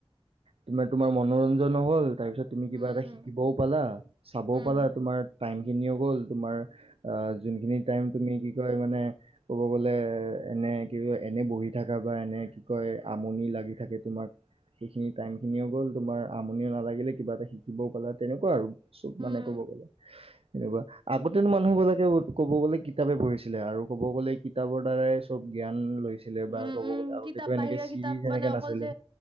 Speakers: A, on the right; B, on the right.
A: তমাৰ তোমাৰ মনোৰঞ্জন হ'ল তাৰ পিছত তুমি কিবা
B: উম
A: এটা শিকিবও পালা, চাবও
B: উম
A: পালা তোমাৰ টাইমখিনিও গ'ল তোমাৰ যোনখিনি টাইম তুমি কি কয় মানে ক'ব গ'লে এনে ক এনে বহি থাকা বা এনে কি কয় আমনি লাগি থাকে তোমাক। সেইখিনি টাইমখিনিও গ'ল তোমাৰ আমনিও নালাগিলে কিবা এটা শিকিবও পালা তেনেকুৱা আৰু চব
B: উম
A: মানে ক'ব গ'লে এনেকুৱা আগতেনো মানুহবিলাকে ক'ব গ'লে কিতাপে পঢ়িছিলে আৰু ক'ব গ'লে কিতাপৰ দ্বাৰাই চব জ্ঞান লৈ বা
B: উম
A: ক'ব
B: উম
A: গলে আগতেটো
B: কিতাপ
A: এনেকে
B: বাহিৰা
A: চিৰিজ
B: কিতাপ
A: এনেকে
B: মানে অকল
A: নাছিলে
B: যে